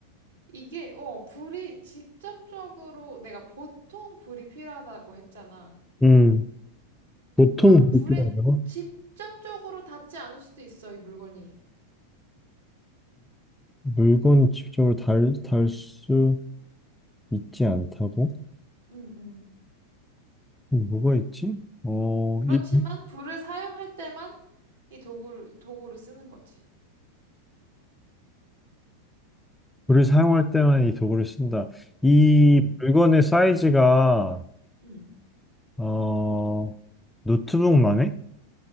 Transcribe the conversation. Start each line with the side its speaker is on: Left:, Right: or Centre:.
Right: 이게, 어, 불이 직접적으로, 내가 보통 불이 필요하다고 했잖아.
Centre: 음 보통
Right: 그러니까 불에
Centre: 불이 필요하다고?
Right: 직접적으로 닿지 않을 수도 있어, 이 물건이.
Centre: 물건이 접적으로 달, 달 수 있지 않다고?
Right: 응, 응.
Centre: 뭐가 있지? 어,
Right: 그렇지만
Centre: 이
Right: 불을 사용할 때만 이 도구를, 도구를 쓰는 거지.
Centre: 물을 사용할 때만 이 도구를 쓴다. 이
Right: 응,
Centre: 물건의 사이즈가,
Right: 응.
Centre: 어, 노트북만 해?